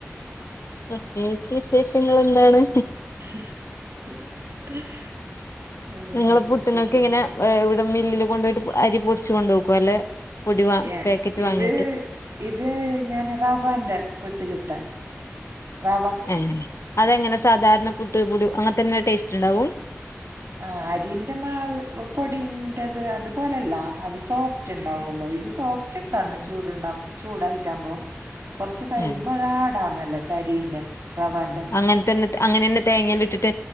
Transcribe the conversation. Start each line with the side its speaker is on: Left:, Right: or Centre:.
Left: പ്രത്യേകിച്ച് വിശേഷങ്ങൾ എന്താണ്?
Right: <unintelligible> അള്ളാ
Left: നിങ്ങള്
Right: എന്തൊക്കെണ്ട്
Left: പുട്ടനൊക്കെ ഇങ്ങനെ
Right: പറയുന്നെ
Left: ഇവിടെ മില്ലില് കൊണ്ടു പോയിട്ട് അരി പൊടിച്ച് കൊണ്ടുക്കു ല്ലെ പൊടി
Right: ഏഹ്
Left: പാക്കറ്റ്
Right: ഇത്
Left: വാങ്ങിയിട്ട്
Right: ഇത് ഞാന് റവാന്റെ പുട്ടു ചുട്ടേ റവാ
Left: ഏഹ് അതെങ്ങനെ സാധാരണ പുട്ട് പുടി അങ്ങനത്തെ തന്നെ ടേസ്റ്റ് ഉണ്ടാവും.
Right: ആഹ് അരിന്റെ മാവ് പൊടീന്റത് അതുപോലല്ല അത് സോഫറ്റ് ണ്ടാവല്ലോ ഇതിപ്പ <unintelligible> ഇണ്ടന്ന് <unintelligible> ചൂട്ണ്ട ചൂടായിറ്റാമ്പോ കൊറച്ച് കഴിയുമ്പോ
Left: ഉം
Right: അത്ടാന്നല്ലേ തരിന്റെ റവാന്റെ
Left: അങ്ങനെ തന്നെ അങ്ങന തന്നേ തേങ്ങലി ട്ട്